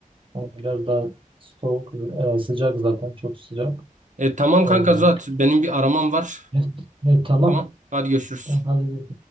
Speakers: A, on the right (about 35°); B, on the right (about 60°).
A: O Biraz daha soğuk, e, sıcak zaten çok sıcak.
B: E, tamam
A: O
B: kanka
A: yüzden.
B: Zuhat. Benim bir aramam var.
A: Evet, evet, tamam.
B: Tamam. Hadi görüşürüz.
A: Tamam, hadi görüşürüz.